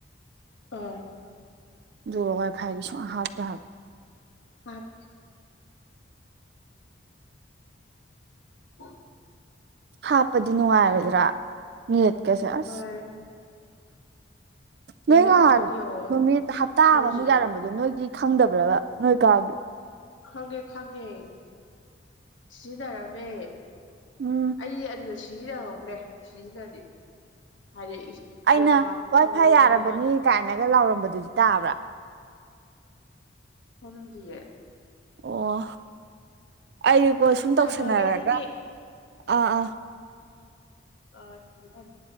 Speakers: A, on the left (about 85°); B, on the right (about 55°).
A: ꯑꯥ
B: ꯗꯨꯒꯥ ꯐꯥꯏꯐꯥꯢ ꯁꯨꯛ ꯍꯥꯄ ꯍꯥꯞꯇꯦ ꯍꯥꯕ
A: ꯍꯥꯞ ꯐꯦ <inaudible>
B: ꯍꯥꯞꯄꯗꯤ ꯅꯨꯡꯉꯥꯏꯔꯣꯢꯗ꯭ꯔꯥ ꯃꯤ ꯀꯁꯦ ꯑꯁ
A: ꯑꯩ
B: ꯅꯣꯏ ꯉꯍꯥꯟ
A: ꯑꯩꯈꯣꯏꯗꯤ ꯌꯦꯡꯉꯣ
B: ꯅꯨꯃꯤꯠ ꯍꯞꯇꯥ
A: ꯐꯣꯔ
B: ꯑꯃꯃꯨꯛ
A: ꯖꯤ
B: ꯌꯥꯔꯝꯕꯗꯣ ꯅꯣꯏꯒꯤ ꯈꯪꯗꯕ꯭ꯔꯥꯕ ꯅꯣꯏ ꯀꯥꯒꯤ
A: ꯈꯪꯉꯦ ꯈꯪꯉꯦ ꯁꯤꯖꯤꯟꯅꯔꯝꯃꯦ
B: ꯎꯝ
A: ꯑꯩ ꯑꯗꯨꯗ ꯁꯤꯖꯤꯟꯅꯍꯧꯗ꯭ꯔꯦ ꯁꯤꯖꯤꯟꯅꯗꯤ ꯍꯥꯏꯗꯤ
B: ꯑꯩꯅ
A: ꯅꯦꯠ ꯍꯥꯞꯄꯕꯅꯤꯅ
B: ꯋꯥꯏ ꯐꯥꯏ ꯌꯥꯔꯕꯅꯤ
A: ꯗꯨꯀꯥꯟꯗ
B: ꯀꯥꯏꯅꯒ ꯂꯥꯎꯔꯝꯕꯗꯨꯗꯤ ꯇꯥꯕ꯭ꯔꯥ
A: ꯈꯪꯗꯤꯌꯦ
B: ꯑꯣ ꯑꯩꯕꯣ ꯁꯨꯝ ꯇꯧꯁꯟꯅꯔꯒ
A: ꯊꯝꯃꯒꯦ ꯑꯗꯨꯗꯤ
B: ꯑꯥ ꯑꯥ
A: ꯑ ꯊꯝꯃꯦ ꯊꯝꯃꯦ